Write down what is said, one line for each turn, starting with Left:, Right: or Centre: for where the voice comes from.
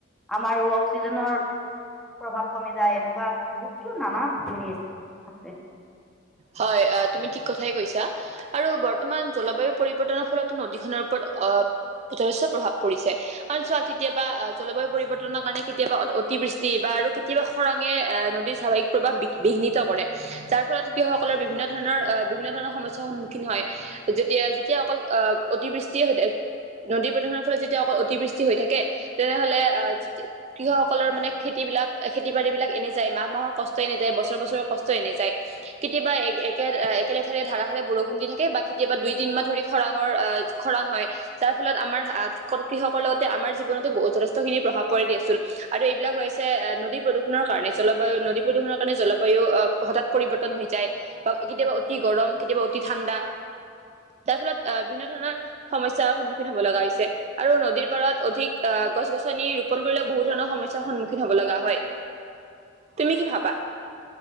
Centre: আমাৰো অক্সিজেনৰ প্ৰভাৱ কমি যায়, এনেকুৱা বহুতটো নানা হেৰি আছে
Right: হয় অ তুমি ঠিক কথাই কৈছা। আৰু বৰ্তমান জলবায়ু পৰিৱৰ্তনৰ ফলতো নদীখনৰ ওপৰত আহ যথেষ্ট প্ৰভাৱ পৰিছে। কাৰণ চোৱা কেতিয়াবা জলবায়ু পৰিৱৰ্তনৰ কাৰণে কেতিয়াবা অ অতিবৃষ্টি বা আৰু কেতিয়াবা খৰাঙে এ নদীৰ স্বাভাৱিক প্ৰভাৱ বিঘ্নিত কৰে। যাৰ ফলত কৃষকসকলৰ বিভিন্ন ধৰণৰ বিভিন্ন ধৰণৰ সমস্যাৰ সন্মুখীন হয়। যেতিয়া যেতিয়া অকল আহ অতিবৃষ্টিয়ে হৈ থাকে নদী প্ৰদূষণৰ ফলত যেতিয়া অকল অতিবৃষ্টি হৈ থাকে, তেনেহ'লে আহ কৃষকসকলৰ মানে খেতিবিলাক খেতি বাৰী বিলাক এনে যায়। মাহ মাহৰ কষ্ট এনে যায় বছৰ বছৰৰ কষ্ট এনে যায়। কেতিয়া একে একে একলেঠাৰীয়ে ধাৰাসাৰে বৰষুণ দি থাকে, বা কেতিয়াবা দুইতিনিমাহ ধৰি খৰাঙৰ আ খৰাং হয়। যাৰ ফলত আমাৰ কৃষকৰ লগতে আমাৰ জীৱনতো বহু যথেস্থ খিনি প্ৰভাব পৰে দিয়াচোন। আৰু এইবিলাক হৈছে নদী প্ৰদূষণৰ কাৰণে, জলবায়ু নদী প্ৰদূষণৰ কাৰণে জলবায়ু হঠাৎ পৰিৱৰ্ত ন হৈ যায় বা কেতিয়াবা অতি গৰম কেতিয়াবা অতি ঠাণ্ডা তাৰ ফলত আহ বিভিন্ন ধৰণৰ সমস্যাৰ সন্মুখীন হ'ব লগা হৈছে। আৰু নদীৰ পাৰত অধিক আহ গছ-গছনি ৰোপন কৰিলে বহু ধৰণৰ সমস্যাৰ সন্মুখীন হ'ব লগা হয়। তুমি কি ভাবা?